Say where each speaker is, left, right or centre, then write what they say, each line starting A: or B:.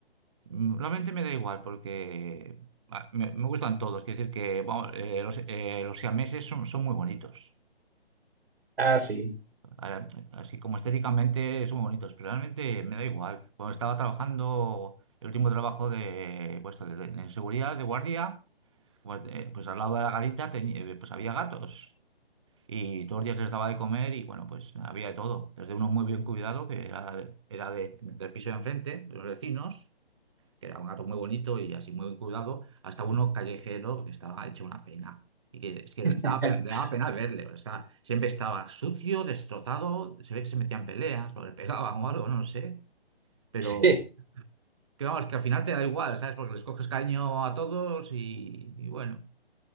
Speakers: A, on the right (about 30°); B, on the right (about 70°).
A: mm, realmente me da igual porque ah, me, me gustan todos. Quiero decir que vamos, eh, los, eh, los siameses son, son muy bonitos.
B: Ah, sí.
A: Ahora, Así como estéticamente son muy bonitos, pero realmente me da igual. Cuando estaba trabajando, el último trabajo de, pues, de, de- en seguridad, de guardia, pues, eh, pues al lado de la garita teni- eh, pues había gatos. Y todos los días les daba de comer y bueno, pues había de todo. Desde uno muy bien cuidado, que era, de- era de- del piso de enfrente, de los vecinos. que era un gato muy bonito y así muy bien cuidado, hasta uno callejero que estaba hecho una pena. Y que es que
B: <laughs>
A: daba pena, daba pena verle, o sea, siempre estaba sucio, destrozado, se ve que se metían en peleas o le pegaban o algo, no sé. Pero
B: Sí,
A: que vamos, que al final te da igual, ¿sabes? Porque les coges cariño a todos y, y bueno,